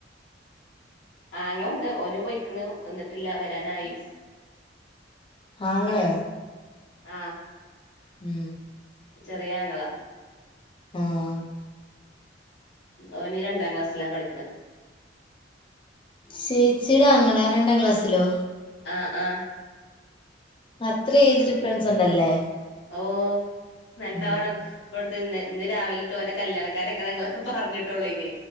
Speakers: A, on the left; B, on the left.
A: ആങ്ങളണ്ട് ഓന്പോയിക്ക്ണ് വന്നിട്ടില്ല വരാനായി
B: ആങ്ങളെയോ
A: ആഹ്
B: ഉം
A: ചെറിയാങ്ങള
B: ആഹ്
A: ഓന് രണ്ടാം ക്ലാസ്സിലാ പഠിക്ക്‌ണ
B: ചേച്ചിയുടെ ആങ്ങള രണ്ടാം ക്ലാസ്സിലോ
A: ആഹ് ആഹ്
B: അത്ര ഏജ് ഡിഫ്രറൻസ് ഉണ്ടല്ലേ?
A: ഓ നല്ലോണം
B: ഉം
A: ഇപ്പട് ഇന്ന് ഇന്ന് രാവിലെട്ടോ ഓന്റെ കല്യാണകാര്യോക്കെ ഞങ്ങള് പറഞ്ഞിട്ട് ട്ടൊള്ളേനി